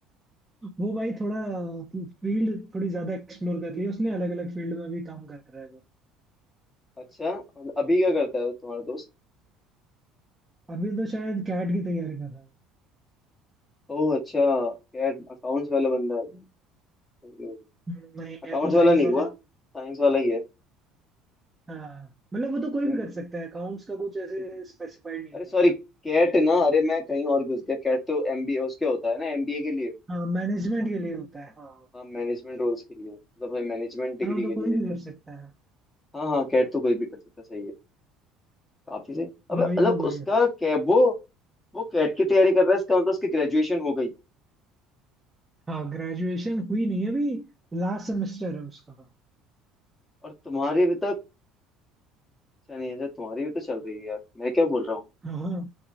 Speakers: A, on the right; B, on the left.
A: वो भाई थोड़ा फील्ड थोड़ी ज्यादा एक्सप्लोर कर लिया उसने अलग अलग फील्ड में भी काम कर रहा है वो
B: अच्छा और अभी क्या करता है वो तुम्हारा दोस्त
A: अभी तो शायद कैट की तैयारी कर रहा है
B: ओह अच्छा क्या अकाउंट्स वाला बंदा है?
A: हम्म, नहीं
B: अकाउंट्स
A: है तो साइंस
B: वाला नहीं
A: वाला
B: हुआ साइंस वाला ही है
A: हाँ मतलब वो तो कोई
B: हम्म,
A: भी कर सकता है अकाउंट्स का कुछ ऐसे स्पेसिफाइड नहीं
B: अरे सॉरी
A: है
B: कैट ना अरे मैं कहीं और घुस गया कैट तो एमबीए उसके होता है ना एमबीए के लिए
A: हाँ मैनेजमेंट
B: हाँ
A: के लिए होता है हाँ
B: हाँ मैनेजमेंट रोल्स के लिए मतलब मैनेजमेंट डिग्री
A: हाँ वो तो
B: के
A: कोई
B: लिए
A: भी कर सकता है
B: हाँ हाँ कैट तो कोई भी कर सकता है, सही है काफी सही अबे मतलब
A: वही तो भाई
B: उसका कैट वो वो कैट की तैयारी कर रहा है इसका मतलब उसकी ग्रेजुएशन हो गई
A: हाँ ग्रेजुएशन हुई नहीं है अभी लास्ट सेमेस्टर है उसका
B: और तुम्हारी भी तक अच्छा नहीं अच्छा तुम्हारी भी तो चल रही है यार मैं क्या बोल रहा हूँ
A: हाँ हाँ,